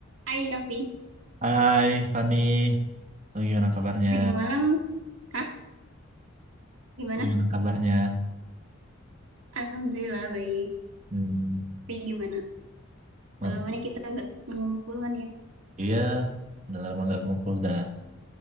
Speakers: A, on the right; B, on the right.
A: Hai Raffi,
B: Hai Fani, Oh, gimana kabarnya?
A: tadi malam, hah gimana?
B: Gimana kabarnya?
A: Alhamdulillah baik.
B: Hmm,
A: Tapi gimana?
B: man.
A: Kalau mana kita nggak mengumpulkan ya?
B: Iya, udah lama nggak ngumpul dah